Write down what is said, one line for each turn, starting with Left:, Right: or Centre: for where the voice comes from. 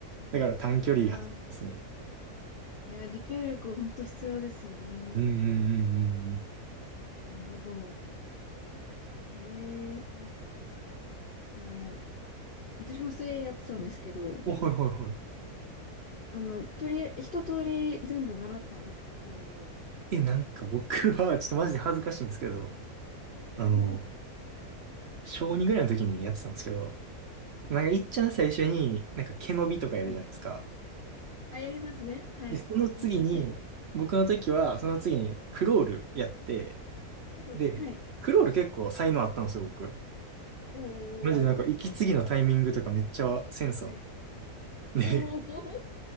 Right: だから短距離走ってますね。
Left: いやー、いやー、持久力ほんと必要ですよね。
Right: うんうんうん
Left: うんなるほど。へえ、なんか、その、私も水泳やってたんですけど、
Right: うん。お、はいはいはい。
Left: あの、とりあえず、一通り全部習ったんですか、フォームは。
Right: え、なんか僕は、ちょっとマジで恥ずかしいんですけど、あの、
Left: うん。
Right: 小2ぐらいの時にやってたんですけど、なんか、いっちゃん最初に、なんか毛伸びとかやるじゃないですか。
Left: はい。あ、やりますね。はい。
Right: で、その次に、
Left: 難しい。
Right: 僕の時は、その次にクロールやって、
Left: あそうだ。
Right: で、
Left: はい。
Right: クロール結構才能あったんですよ、僕。
Left: おーおーおーお
Right: マジでなんか、息継ぎのタイミングとかめっちゃセンスあっ
Left: ー。はい。
Right: て。
Left: おーおーおー。